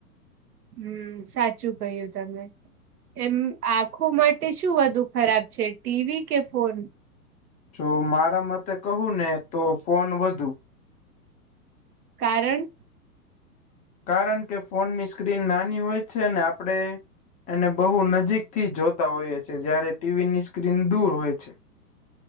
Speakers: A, on the right; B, on the left.
A: હમ સાચું કહ્યું તમે એમ આખો માટે શું વધુ ખરાબ છે ટીવી કે ફોન
B: જો મારા મતે કહું ને તો ફોન વધુ
A: કારણ
B: કારણ કે ફોનની સ્ક્રીન નાની હોય છે ને આપણે અને બહુ નજીકથી જોતા હોઈએ છે જયારે ટીવીની સ્ક્રીન દૂર હોય છે